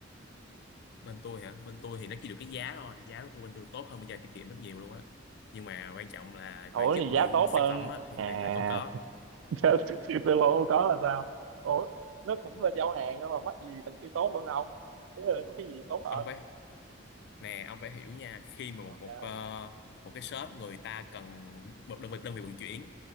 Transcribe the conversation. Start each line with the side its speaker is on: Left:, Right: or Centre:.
Left: bên tôi hả bên tôi thì nó chỉ được cái giá thôi giá của tôi bên tôi tốt hơn bên giao tiết kiệm rất nhiều luôn á nhưng mà quan trọng là
Right: ủa
Left: về chất
Right: thì
Left: lượng
Right: giá tốt
Left: sản
Right: hơn
Left: phẩm á thì
Right: à
Left: lại là không có
Right: <laughs> Chứ thì tôi bộ có là sao ủa nó cũng là giao hàng đó mà mắc gì thằng kia tốt hơn không Thế là có cái gì tốt hơn
Left: ông phải nè ông phải hiểu nha khi mà một
Right: ok
Left: một ờ, một cái shop người ta cần một đơn vị đơn vị vận chuyển